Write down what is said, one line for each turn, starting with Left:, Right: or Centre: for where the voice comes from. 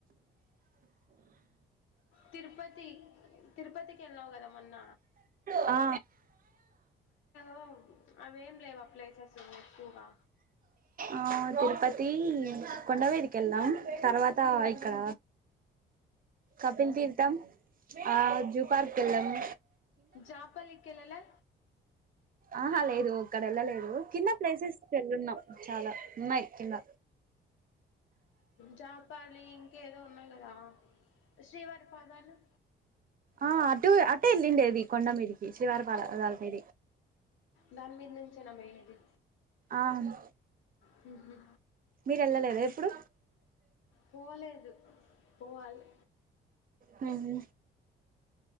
Left: తిరుపతి తిరుపతికి వెళ్ళినావు కదా మొన్న
Right: ఆ
Left: ఒ ఏం లేవా ప్లేసెస్ ఎక్కువగా
Right: ఆ తిరుపతి కొండ మీదికి వేళ్ళామ్ తర్వాత ఇక్కడ కపిల్ తీర్థం ఆ జూ పార్క్ ఎళ్ళామ్
Left: జాపలికి ఏళ్ల లే
Right: ఆహా లేదు అక్కడ వెళ్ళలేదు కింద ప్లేసెస్ వెళ్ళున్నాం చాలా ఉన్నాయి కింద
Left: జాపాలి ఇంకా ఏదో ఉన్నాయి కదా శ్రీవారి పాదాలు
Right: ఆ అటు అటు అట్టే ఎల్లుండేది కొండమీదికి శ్రీవారి పాదాల పాదాలమి
Left: దాని మీద నుంచేనా పోయేది
Right: అవును
Left: హు
Right: మీరు వెళ్లలేదా ఎప్పుడు
Left: పోలేదు పోవాలి
Right: హు